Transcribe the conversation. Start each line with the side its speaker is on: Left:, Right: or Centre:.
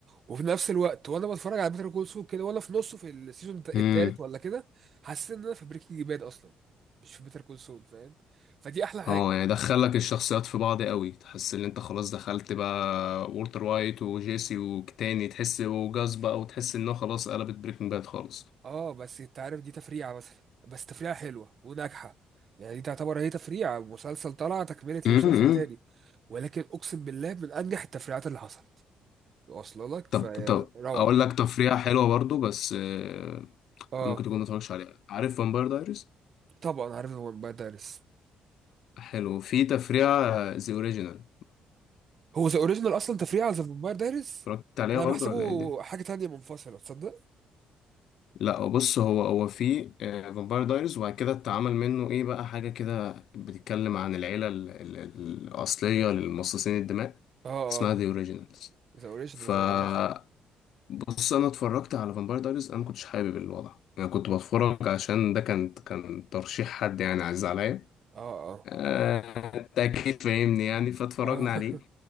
Right: وفي نفس الوقت وانا بتفرج على بيتر كول سول كده وانا في نصه في السيزون الت- التالت
Left: امم
Right: ولا كده حسيت ان انا في بريكنج باد اصلا مش في بيتر كول سول فاهم فدي احلى حاجه
Left: اه يعني دخلك الشخصيات في بعض قوي تحس ان انت خلاص دخلت بقى وولتر وايت وجيسي وتاني تحس وجاز بقى وتحس انه خلاص قلبت بريكنج باد خالص
Right: اه بس انت عارف دي تفريعه مثلا بس تفريعه حلوه وناجحه يعني دي تعتبر هي تفريعه مسلسل طلع تكمله لمسلسل
Left: امم
Right: تاني ولكن اقسم بالله من انجح التفريعات اللي حصلت واصله لك
Left: طب
Right: فروعه
Left: طب اقول لك تفريحة حلوة برضو بس آه،
Right: اه
Left: ممكن تكون ما اتفرجتش عليها عارف فامباير دايريز
Right: طبعا عارف هو باد دارس
Left: حلو في تفريعة ذا اوريجينال
Right: هو ذا اوريجينال اصلا تفريع على ذا فامباير دايريز
Left: اتفرجت عليها
Right: ده
Left: برضو
Right: أنا بحسبه
Left: ولا ايه الدنيا
Right: حاجه تانية منفصله تصدق
Left: لا بص هو هو في فامباير دايرز وبعد كده اتعمل منه ايه بقى حاجة كده بتتكلم عن العيلة ال- ال- الأصلية للمصاصين الدماء
Right: اه
Left: اسمها
Right: اه
Left: ذا اوريجينالز
Right: ذا اوريجينال
Left: فبص
Right: زي ما انا عارف
Left: انا اتفرجت على فامباير دايرز انا ما كنتش حابب الوضع انا كنت بتفرج عشان ده كان كان ترشيح حد يعني عزيز عليا
Right: اه اه
Left: آه، انت اكيد فاهمني يعني فاتفرجنا
Right: اه
Left: عليه
Right: <laughs>